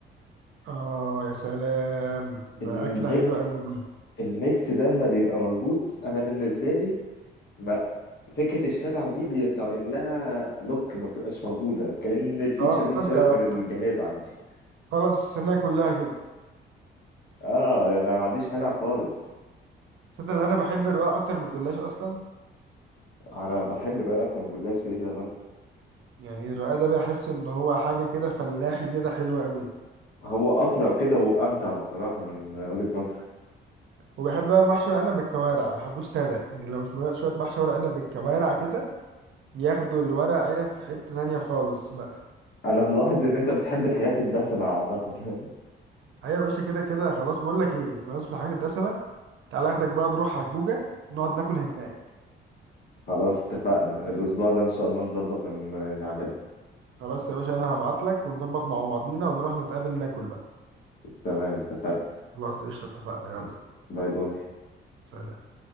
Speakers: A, on the right; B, on the left.
A: اه يا سلام ده
B: الميكس
A: اكله حلوه قوي دي
B: الميكس ده لما بيبقى موجود انا بالنسبه لي ما فكره الشبع دي بيتعمل لها لوك ما بتبقاش موجوده كأن الفيتشر
A: اه
B: دي اتشالت
A: انت انت
B: من الجهاز عندي
A: خلص السنه كلها كده
B: اه يعني انا ما عنديش مانع خالص
A: صدق اللي انا بحب الرقاق اكتر من الجلاش اصلا
B: انا بحب الرقاق اكتر من الجلاش كده كده برضه
A: يعني الرقاق ده بحس ان هو حاجه كده فلاحي كده حلوه قوي
B: هو اطرى كده وامتع بصراحه من وجهه نظري
A: وبحب بقى المحشي ورق عنب بالكوارع ما بحبوش ساده يعني لو شويه شوية محشي ورق عنب بالكوارع كده ياخدوا الورق عنب في حته تانية خالص بقى
B: انا ملاحظ ان انت بتحب الحاجات الدسمه عامه <laughs>
A: ايوه يا باشا كده كده خلاص بقول لك ايه بمناسبه الحاجات الدسمه تعالى اخدك بقى نروح على الجوجه نقعد ناكل هناك
B: خلاص اتفقنا الأسبوع ده إن شاء الله نظبط ون- نعملها
A: خلاص يا باشا انا هبعت لك ونظبط مع بعضينا ونروح نتقابل ناكل بقى
B: تمام اتفقنا
A: خلاص قشطة اتفقنا يلا
B: ماشي. باي باي
A: سلام